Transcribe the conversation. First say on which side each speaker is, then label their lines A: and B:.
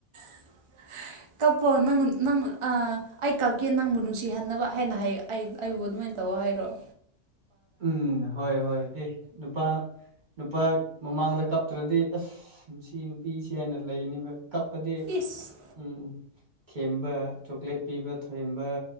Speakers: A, on the right (about 55°); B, on the right (about 35°).
A: <inaudible> ꯀꯞꯄꯣ ꯅꯪ ꯅꯪ ꯑ ꯑꯩ ꯀꯞꯀꯦ ꯅꯪꯕꯨ ꯅꯨꯡꯁꯤꯍꯟꯅꯕ ꯍꯥꯏꯅ ꯍꯥꯏ ꯑꯩ ꯑꯩꯕꯨ ꯑꯗꯨꯃꯥꯏꯅ ꯇꯧꯋꯣ ꯍꯥꯏꯔꯛꯑꯣ
B: ꯎꯝ ꯍꯣꯏ ꯍꯣꯏ ꯑꯦ ꯅꯨꯄꯥ ꯅꯨꯄꯥ ꯃꯃꯥꯡꯗ ꯀꯥꯞꯇ꯭ꯔꯗꯤ ꯑꯁ ꯁꯤ ꯅꯨꯄꯤꯁꯤ ꯍꯥꯏꯅ ꯂꯩꯅꯤꯕ ꯀꯞꯄꯗꯤ
A: ꯏꯁ
B: ꯎꯝ ꯊꯦꯝꯕ ꯆꯣꯀ꯭ꯂꯦꯠ ꯄꯤꯕ ꯊꯦꯝꯕ